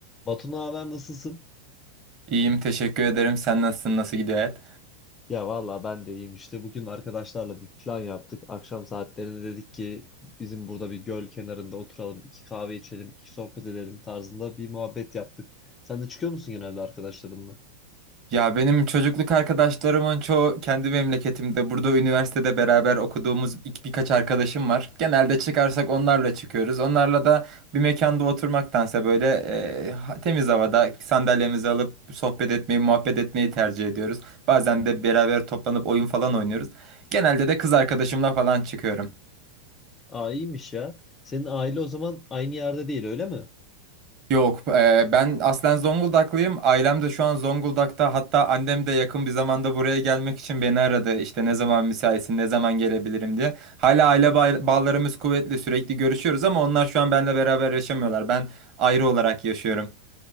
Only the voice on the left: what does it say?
Batu naber nasılsın?
Ya valla ben de iyiyim işte. Bugün arkadaşlarla bir plan yaptık. Akşam saatlerinde dedik ki bizim burada bir göl kenarında oturalım, iki kahve içelim, iki sohbet edelim tarzında bir muhabbet yaptık. Sen de çıkıyor musun genelde arkadaşlarınla?
Aa iyiymiş ya. Senin aile o zaman aynı yerde değil öyle mi?